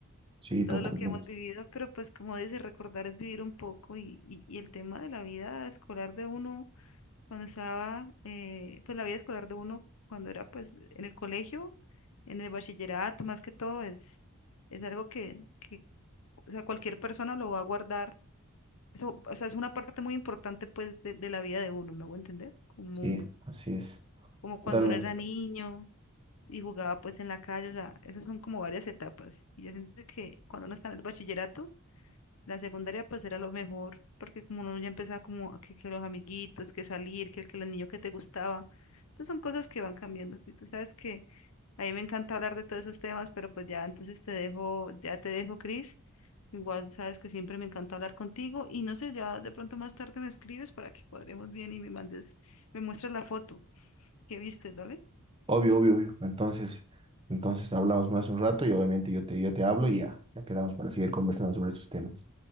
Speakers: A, on the right (about 25°); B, on the left (about 70°).
A: Sí, totalmente,
B: todo lo que hemos vivido, pero pues como dice, recordar es vivir un poco y, y, y el tema de la vida escolar de uno cuando estaba, eh, pues la vida escolar de uno, cuando era pues en el colegio, en el bachillerato, más que todo, es, es algo que, que, o sea, cualquier persona lo va a guardar. Eso, o sea, es una parte muy importante pues de, de la vida de uno, ¿me hago entender? Como,
A: sí, así es,
B: como cuando
A: totalmente,
B: uno era niño y jugaba pues en la calle, o sea, esas son como varias etapas. Y yo siento que cuando uno está en el bachillerato, la secundaria pues era lo mejor, porque como uno ya empezaba como que, que los amiguitos, que salir, que, que el niño que te gustaba. Entonces son cosas que van cambiando. Y tú sabes que a mí me encanta hablar de todos esos temas, pero pues ya entonces te dejo, ya te dejo, Cris. Igual sabes que siempre me encanta hablar contigo y no sé, ya de pronto más tarde me escribes para que cuadremos bien y me mandes, me muestras la foto que viste, ¿vale?
A: obvio, obvio, obvio. Entonces, entonces hablamos más un rato y obviamente yo te, yo te hablo y ya, ya quedamos para seguir conversando sobre esos temas.